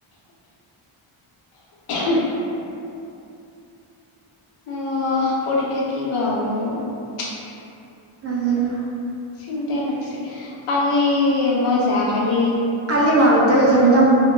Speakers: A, on the left; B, on the right.
A: হু <inaudible> অহ পৰীক্ষা কি বা হ'ব!
B: লাগে ন
A: চিন্তাই লাগছে কালি মই যোৱা কালি
B: কালি মহাবিদ্যালয় যাবি ন